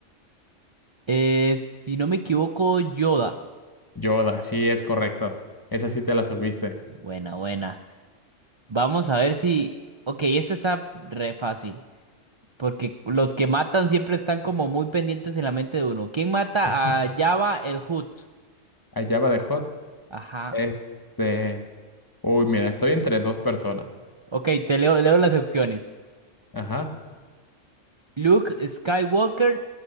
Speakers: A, on the right; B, on the left.
A: Eh, si no me equivoco, Yoda.
B: Yoda, sí, es correcto. Esa sí te la subiste.
A: Buena, buena. Vamos a ver si... Ok, esta está re fácil. Porque los que matan siempre están como muy pendientes en la mente de uno. ¿Quién mata
B: <laughs>
A: a Jabba el Hutt?
B: a Jabba the Hutt
A: Ajá.
B: Este. Uy, mira, estoy entre dos personas.
A: Ok, te leo, leo las opciones.
B: Ajá.
A: Luke Skywalker,